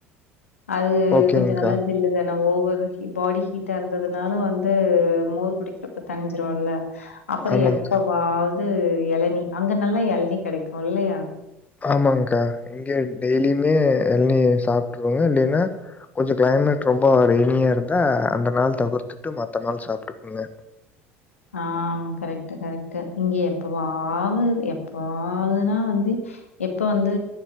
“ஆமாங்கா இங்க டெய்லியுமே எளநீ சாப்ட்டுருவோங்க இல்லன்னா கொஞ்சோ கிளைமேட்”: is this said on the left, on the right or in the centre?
Left